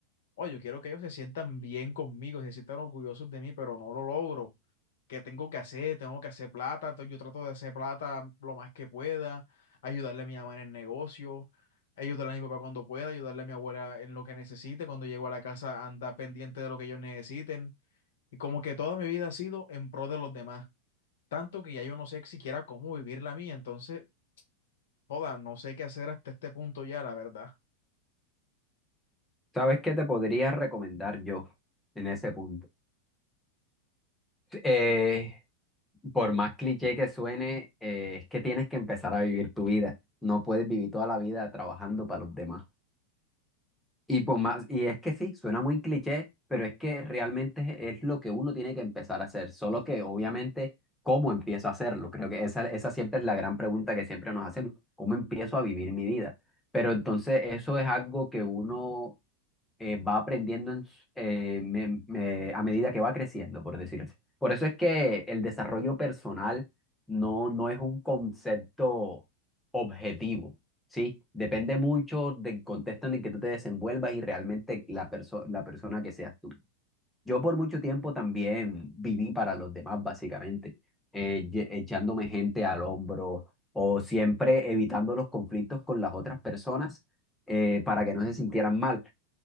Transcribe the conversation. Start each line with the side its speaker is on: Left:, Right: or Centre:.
Left: oye, yo quiero que ellos se sientan bien conmigo, se sientan orgullosos de mí, pero no lo logro. ¿Qué tengo que hacer? Tengo que hacer plata, entonces yo trato de hacer plata lo más que pueda, ayudarle a mi mamá en el negocio, ayudarle a mi papá cuando pueda, ayudarle a mi abuela en lo que necesite, cuando llego a la casa anda pendiente de lo que ellos necesiten. Y como que toda mi vida ha sido en pro de los demás tanto que ya yo no sé siquiera cómo vivir la mía, entonces, joda, no sé qué hacer hasta este punto ya, la verdad.
Centre: ¿Sabes qué te podría recomendar yo en ese punto? Eh, por más cliché que suene, eh, es que tienes que empezar a vivir tu vida. No puedes vivir toda la vida trabajando para los demás. Y por más, y es que sí, suena muy cliché, pero es que realmente es, es lo que uno tiene que empezar a hacer, solo que obviamente cómo empiezo a hacerlo, creo que esa, esa siempre es la gran pregunta que siempre nos hacemos, ¿cómo empiezo a vivir mi vida? Pero entonces eso es algo que uno eh, va aprendiendo en s- eh, me- me- a medida que va creciendo, por decir así. Por eso es que el desarrollo personal no, no es un concepto objetivo, ¿sí? Depende mucho del contexto en el que tú te desenvuelvas y realmente la, perso- la persona que seas tú. Yo por mucho tiempo también viví para los demás, básicamente, eh, ye- echándome gente al hombro o siempre evitando los conflictos con las otras personas eh, para que no se sintieran mal